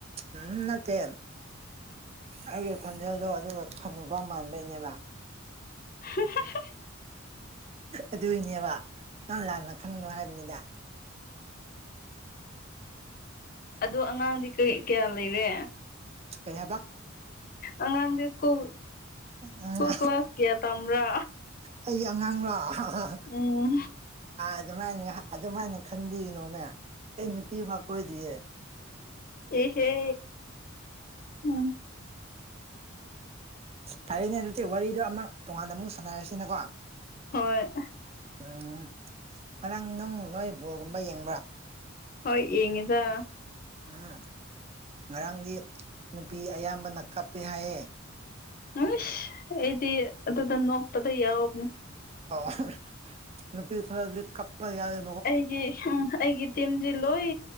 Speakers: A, on the right (about 30°); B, on the left (about 45°).
A: ꯎꯝ ꯅꯠꯇꯦ ꯑꯩꯒꯤ ꯈꯣꯟꯖꯦꯜꯗꯣ ꯑꯗꯨꯒ ꯍꯥꯅꯨꯕ ꯃꯥꯟꯕꯩꯅꯦꯕ
B: <unintelligible>
A: ꯑꯗꯨꯏꯅꯦꯕ ꯅꯪ ꯂꯥꯟꯅ ꯈꯟꯅꯣ ꯍꯥꯏꯕꯅꯤꯗ
B: ꯑꯗꯣ ꯑꯉꯥꯡꯗꯤ ꯀꯔꯤ ꯀꯌꯥ ꯂꯩꯔꯦ
A: ꯀꯩ ꯍꯥꯏꯕ
B: ꯑꯉꯥꯡꯗꯤ ꯁ꯭ꯀꯨꯜ
A: ꯎꯝ
B: ꯁ꯭ꯀꯨꯜ ꯀ꯭ꯂꯥꯁ ꯀꯌꯥ ꯇꯝꯕ꯭ꯔ
A: ꯑꯩꯒꯤ ꯑꯉꯥꯡꯔꯣ ꯑꯥ
B: ꯎꯝ
A: ꯑꯗꯨꯃꯥꯏꯅ ꯑꯗꯨꯃꯥꯏꯅ ꯈꯟꯕꯤꯒꯅꯣꯃꯦ ꯑꯩ ꯅꯨꯄꯤ ꯐꯥꯎ ꯀꯣꯏꯗꯔꯤꯌꯦ
B: ꯏꯍꯦ ꯎꯝ
A: ꯐꯔꯦꯅꯦ ꯑꯗꯨꯗꯤ ꯋꯥꯔꯤꯗꯣ ꯑꯃ ꯇꯣꯉꯥꯟꯅ ꯑꯃꯨꯛ ꯁꯥꯟꯅꯔꯁꯤꯅꯀꯣ
B: ꯍꯣꯏ
A: ꯎꯝ ꯉꯔꯥꯡ ꯅꯪ ꯅꯣꯏ ꯕꯣꯜꯒꯨꯝꯕ ꯌꯦꯡꯕ꯭ꯔꯥ
B: ꯍꯣꯏ ꯌꯦꯡꯉꯤꯗ
A: ꯎꯝ ꯉꯔꯥꯡꯗꯤ ꯅꯨꯄꯤ ꯑꯌꯥꯝꯕꯅ ꯀꯞꯄꯦ ꯍꯥꯏꯌꯦ
B: ꯑꯁ ꯑꯩꯗꯤ ꯑꯗꯨꯗ ꯅꯣꯛꯄꯗ ꯌꯥꯎꯕꯅꯤ
A: ꯑꯣ ꯅꯨꯄꯤ ꯈꯔꯗꯤ ꯀꯞꯄꯥ ꯌꯥꯎꯋꯦ
B: ꯑꯩꯒꯤ ꯑꯩꯒꯤ ꯇꯤꯝꯗꯤ ꯂꯣꯏ